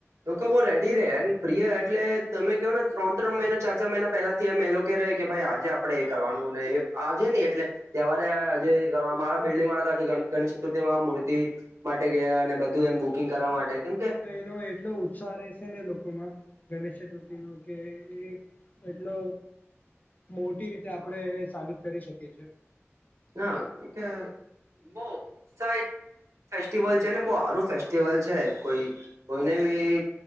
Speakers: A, on the right; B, on the left.
A: લોકો બઉ રેડી રે એમ ઈયા એટલે તમે કયોને ત્રણ-ત્રણ મહિના ચાર-ચાર મહિના પહેલાથી એમ એ લોકો રે કે ભઈ આજે આપડે એ કરવાનું ને આજે ની એટલે તહેવારે જે મારા બિલ્ડિંગ વારા જે ગણ-ગણેશ ચતુર્થીમાં મૂર્તિ માટે ગયા અને બધું એમ બુકિંગ કરવા માટે કેમ કે
B: લો એટલો ઉત્સાહ રહેશેને લોકોમાં ગણેશ ચતુર્થીનું કે એ એટલો મોટી રીતે આપડે સાબિત કરી શકીએ છીએ.
A: ના, કે મો સાઈ ફેસ્ટિવલ છે ને બઉ હારુ ફેસ્ટિવલ છે કોઈ કોઈને બી